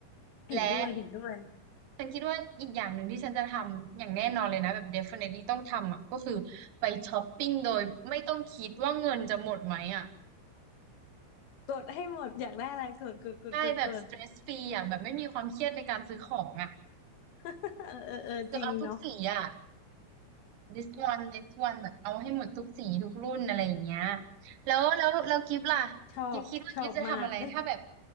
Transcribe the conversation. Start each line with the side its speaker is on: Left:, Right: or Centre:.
Left: เห็นด้วยเห็นด้วย
Right: และ ฉันคิดว่าอีกอย่างหนึ่งที่ฉันจะทำอย่างแน่นอนเลยนะแบบ definitely ต้องทำอ่ะก็คือไปช้อปปิ้งโดยไม่ต้องคิดว่าเงินจะหมดไหมอ่ะ
Left: กดให้หมดอยากได้อะไรกดกดกดกดกด
Right: ใช่แบบ stress free อ่ะแบบไม่มีความเครียดในการซื้อของอ่ะ
Left: <laughs> เออเออเออจริงเนาะ
Right: คือเอาทุกสีอ่ะ this one this one แบบเอาให้หมดทุกสีทุกรุ่นอะไรอย่างเงี้ยแล้วแล้วแล้วกิฟต์ล่ะ
Left: ชอบชอบมาก
Right: กิฟต์คิดว่ากิฟต์จะทำอะไรถ้าแบบ